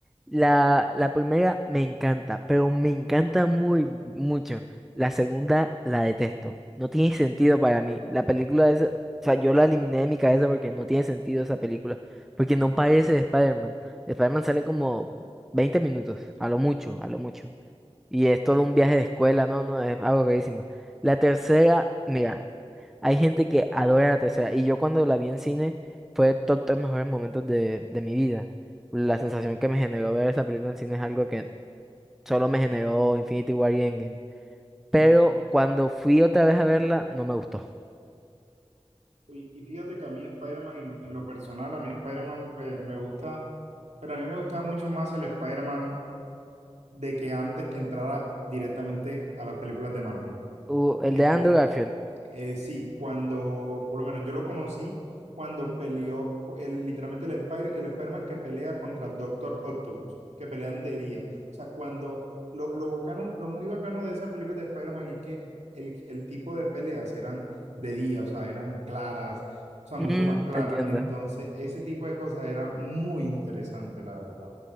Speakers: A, in the centre; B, on the right.
A: La, la primera me encanta, pero me encanta muy mucho. La segunda la detesto. No tiene sentido para mí. La película es, o sea, yo la eliminé de mi cabeza porque no tiene sentido esa película, porque
B: Ok.
A: no parece de Spider-Man. De Spider-Man sale como 20 minutos, a lo mucho, a lo mucho. Y es todo un viaje de escuela, no, no, es algo rarísimo. La tercera, mira. Hay gente que adora la tercera. Y yo cuando la vi en cine fue todos los mejores momentos de, de mi vida. La sensación que me generó ver esa película en cine es algo que solo me generó Infinity War y Endgame.
B: Y,
A: Pero
B: y
A: cuando fui otra vez a verla, no me gustó.
B: Y, y fíjate que a mí Spider-Man, en, en lo personal, a mí Spider-Man pues, me gusta, pero a mí me gustaba mucho más el Spider-Man de que antes que entrara directamente a las películas de Marvel.
A: Uh, el
B: Tipo,
A: de Andrew Garfield.
B: eh, sí, cuando, por lo menos yo lo conocí cuando peleó el, literalmente el, Spider, el Spider-Man que pelea contra Doctor Octopus, que pelean de día. O sea, cuando lo, lo bacano, lo muy bacano de esa película de Spider-Man es que el, el tipo de peleas eran de día, o sea, eran claras, o sea, mucho
A: Mm,
B: más claras.
A: entiendo.
B: Entonces, ese tipo de cosas era muy interesante, la verdad.